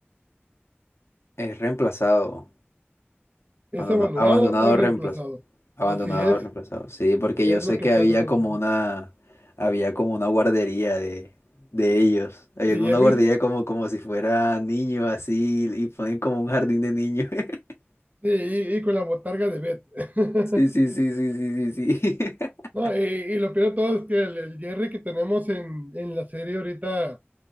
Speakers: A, on the left; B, on the right.
A: Es reemplazado.
B: es
A: Abandonado,
B: abandonado
A: abandonado
B: o reemplazado.
A: reemplazo. Abandonado,
B: Así es,
A: reemplazado. Sí, porque
B: es
A: yo sé
B: lo que
A: que
B: pasa
A: había
B: con
A: como
B: Jerry.
A: una, había como una guardería de, de ellos. Había
B: De
A: como
B: Jerry's
A: una guardería como, como si fuera niño así y ponen como un jardín de niños. <laughs>
B: sí, y, y con la botarga de Beth. <laughs>
A: Sí, sí, sí, sí, sí, sí, sí. <laughs>
B: No, y, y lo peor de todo es que el, el Jerry que tenemos en, en la serie ahorita